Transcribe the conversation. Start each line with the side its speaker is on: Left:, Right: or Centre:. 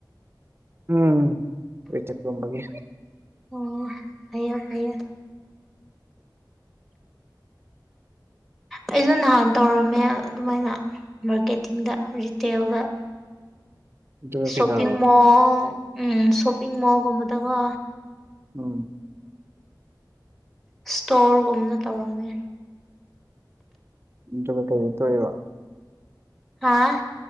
Right: ꯎꯝ ꯔꯤꯇ‌ꯦꯜꯒꯨꯝꯕꯒꯤ
Centre: ꯑꯪ ꯐꯩꯌꯦ ꯐꯩꯌꯦ ꯑꯩꯖꯨ ꯅꯍꯥꯟ ꯇꯧꯔꯝꯃꯦ ꯑꯗꯨꯃꯥꯏꯅ ꯃꯥꯔꯀꯦꯇꯤꯡꯗ ꯔꯤꯇꯦꯜꯗ
Right: ꯑꯗꯨꯒ
Centre: ꯁꯣꯞꯄꯤꯡ
Right: ꯀꯩꯗꯧꯔꯕ
Centre: ꯃꯣꯜ ꯎꯝ ꯁꯣꯞꯄꯤꯡ ꯃꯣꯜꯒꯨꯝꯕꯗꯒꯣ
Right: ꯎꯝ
Centre: ꯏꯁꯇꯣꯔꯒꯨꯝꯅ ꯇꯧꯔꯝꯃꯦ
Right: ꯑꯗꯨꯒ ꯀꯩꯒꯤ ꯇꫭꯛꯏꯕ
Centre: ꯍꯥꯥ